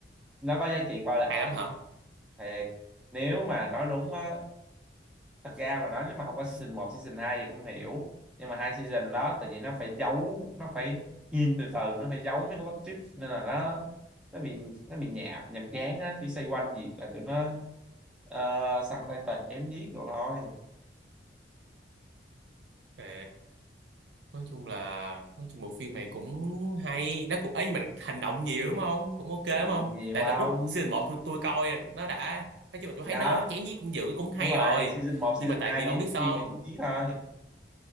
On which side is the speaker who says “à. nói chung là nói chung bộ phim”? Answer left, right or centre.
Right